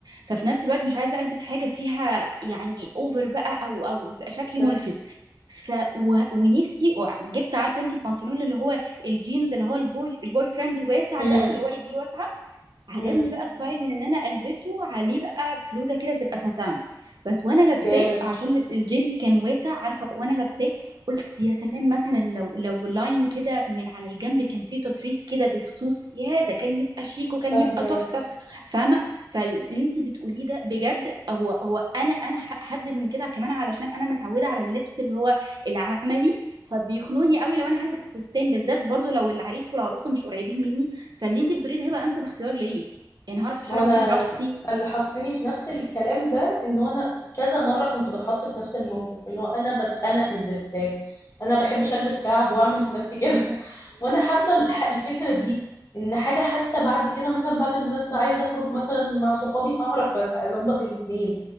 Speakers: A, on the right; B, on the left.
A: ففي نفس الوقت مش عايزه البس حاجه فيها يعني اوفر بقى او او يبقى شكلي
B: صفر
A: ملفت ف و- ونفسي و- جبت عارفه انتي البنطلون اللي هو الجينز اللي هو البوي البوي فريند الواسع
B: امم
A: ده اللي هو رجليه واسعه عجبني
B: امم
A: بقى ستايل ان انا البسه عليه بقى بلوزه كده تبقى ساتان بس وانا لابساه
B: جامد
A: عشان الجينز كان واسع عارفه وانا لابساه قلت يا سلام مثلا لو لو لاين كده من على الجنب كان فيه تطريز كده بفصوص يا ده كان يبقى شيك وكان
B: فهناك
A: يبقى تحفه فاهمه فاللي انت بتقوليه ده بجد هو هو انا انا ح- حد من كده كمان علشان انا متعوده على اللبس اللي هو العملي فبيخنوني قوي لو انا هلبس فستان بالذات برضو لو العريس والعروسه مش قريبين مني فاللي انت بتقوليه ده هيبقى انسب اختيار ليا يعني هعرف اتحرك
B: ما هو انا
A: فيه براحتي
B: س- اللي حطني في نفس الكلام ده ان هو انا كذا مره كنت بتحط في نفس الموقف اللي هو انا بتخنق من الدرسات انا بحبش البس كعب واعمل في نفسي كده <laughs> وانا حابه الح- الفكره دي ان حاجه حتى بعد كده مثلا بعد المناسبه عايزه اخرج مثلا مع صحابي هعرف اظبط الاتنين